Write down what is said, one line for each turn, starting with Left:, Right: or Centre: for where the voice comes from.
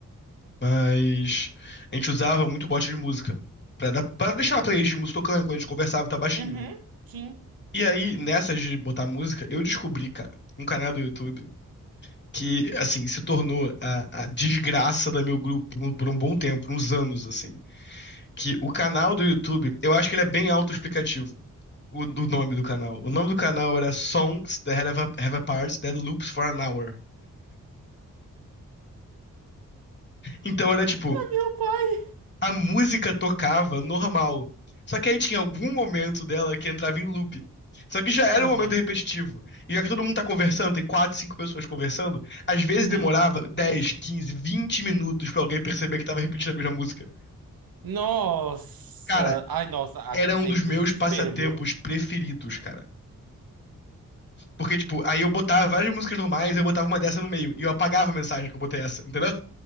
Left: Mas a gente usava muito bot de música. Pra, dar, pra deixar a playlist de música tocando quando a gente conversava, tá baixinho,
Right: Uhum,
Left: né?
Right: sim.
Left: E aí, nessas de botar música, eu descobri, cara, um canal do YouTube. que, assim, se tornou a, a desgraça do meu grupo por um, por um bom tempo, uns anos, assim. Que o canal do YouTube, eu acho que ele é bem autoexplicativo, o, o nome do canal. O nome do canal era Songs That Have a, have a Parts That Loops for an Hour. Então era tipo,
Right: Ai, meu pai.
Left: a música tocava normal. Só que aí tinha algum momento dela que entrava em loop. Só que já era
Right: Uhum,
Left: um momento repetitivo. E já que todo mundo tá conversando, tem quatro, cinco pessoas conversando, às vezes
Right: uhum.
Left: demorava 10, 15, 20 minutos pra alguém perceber que tava repetindo a mesma música.
Right: Nossa.
Left: Cara,
Right: Ai, nossa, agora-
Left: era
Right: isso
Left: um
Right: aí
Left: dos
Right: me
Left: meus
Right: desespero,
Left: passatempos
Right: viu?
Left: preferidos, cara. Porque, tipo, aí eu botava várias músicas normais, eu botava uma dessa no meio. E eu apagava a mensagem que eu botei essa, entendeu?